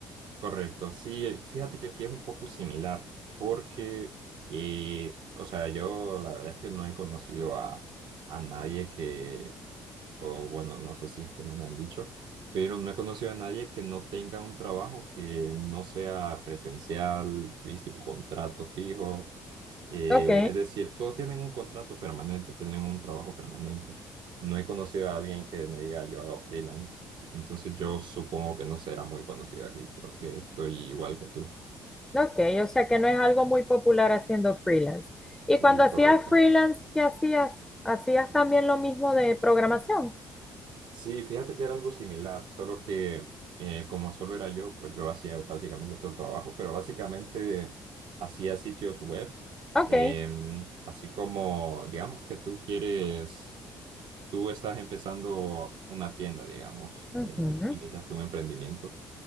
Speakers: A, on the right; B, in the centre.
A: Correcto, sí, eh, fíjate que aquí es un poco similar, porque, eh, o sea, yo la verdad es que no he conocido a, a nadie que, o bueno, no sé si es que no me han dicho, pero no he conocido a nadie que no tenga un trabajo que no sea presencial, viste, un contrato fijo. Eh,
B: Ok,
A: es decir, todos tienen un contrato permanente, tienen un trabajo permanente. No he conocido a alguien que me diga yo hago freelance. Entonces yo supongo que no será muy conocido aquí. Creo que estoy igual que tú.
B: ok, o sea que no es algo muy popular haciendo freelance. Y
A: Sí,
B: cuando hacías
A: correcto.
B: freelance, ¿qué hacías? ¿Hacías también lo mismo de programación?
A: Sí, fíjate que era algo similar, solo que eh, como solo era yo, pues yo hacía básicamente todo el trabajo, pero básicamente hacía sitios web,
B: Ok,
A: em, así como, digamos que tú quieres, tú estás empezando una tienda, digamos,
B: ujú,
A: en- iniciaste un emprendimiento